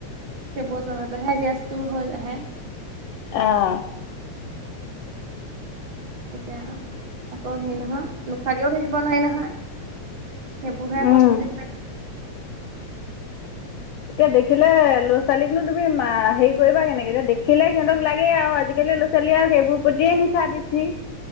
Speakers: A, on the right; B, on the left.
A: সব জতে হে গেছটো হৈ আহে।
B: অ',
A: এতিয়া আকৌ হেৰি নহয় লোকচাকেও থাকিব নোৱাৰি নহয়। কে বুঢ়ে
B: উম
A: কচো তে
B: এতিয়া দেখিলে ল'ৰা ছোৱালীকনো তুমি হেৰি কৰিবা কেনেকে যে দেখিলে সিহতক লাগে আৰু আজিকালি। ল'ৰা ছোৱালী আৰু সেইবোৰ পতিয়ে নিচা বেছি।